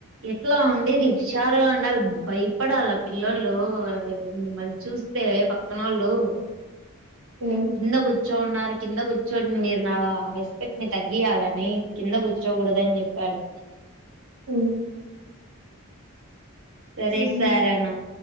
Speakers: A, on the right (about 65°); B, on the right (about 85°).
A: ఎట్లా ఉండేది హుషారుగా ఉండాలి భయపడాలి ఆ పిల్లలు మిమ్మల్ని చూస్ స్తే పక్కనోళ్ళు
B: ఉమ్,
A: ఇందాగ్ కూర్చోన్నారు కింద కూర్చోడిన్ మీర్ నా రెస్పెక్ట్ ని తగ్గియాలనీ కింద కూర్చోగూడదు అని చెప్ప అడి
B: మ్
A: సరే
B: ఉమ్,
A: సార అన్న